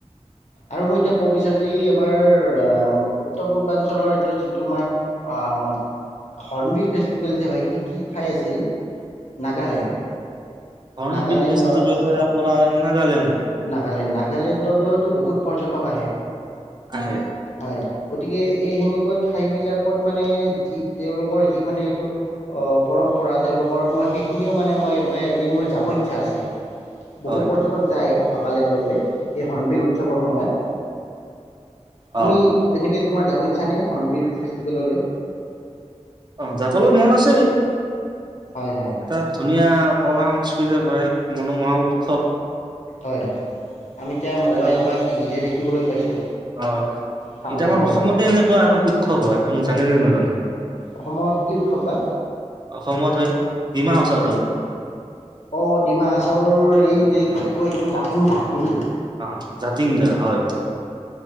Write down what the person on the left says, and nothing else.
আৰু মই এতিয়া ক'ব বিচাৰো যে, এই আমাৰ উত্তৰ-পূৰ্বাঞ্চলৰ এইটো যি তোমাৰ আঁ হৰ্ণবিল ফে ভেল যে হয়, এইখিনি কি ঠাই আছিল। নাগালেণ্ড,
নাগালেণ্ডৰ,
নাগালেণ্ড, নাগালেণ্ডলৈ বহুত পৰ্যটক আহে,
হয়, গ গতিকে, এই সেনেকুৱা ঠাইবিলাকত মানে যি, তেওঁলোকৰ যি মানে এই অ পৰম্পৰা তেওঁলোক কৰ্মই সেইখিনিও মানে মই ৱ এদিন মই যাব ইচ্ছা আছে। বহু
পৰ্যটক যায়। নগালেণ্ডলৈ, এই উৎসৱৰ সময়ত তুমি
তু এনেকে তোমাৰ যাব ছানে হনবীৰ ফেষ্টিভেললৈ <inaudible>
হয় হয়
হয় আমি এতিয়া
মোবাইল
বা টিভিতহে দেখি শিকিবলৈ পাইছোঁ
সামাজিক
মাধ্যমত
অসমত কি উৎসৱ বা
অ ডিমা হাছাওৰ এই যে কি কয় এইটো জাতিং <unintelligible> নেকি?